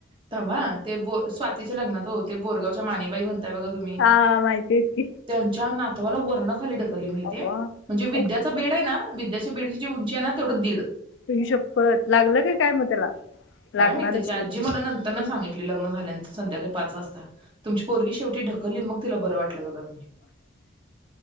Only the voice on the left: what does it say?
हा माहिती आहेत की
अव्वा.
अव,
आई शप्पत लागलं का काय मग त्याला? लागणारच
की.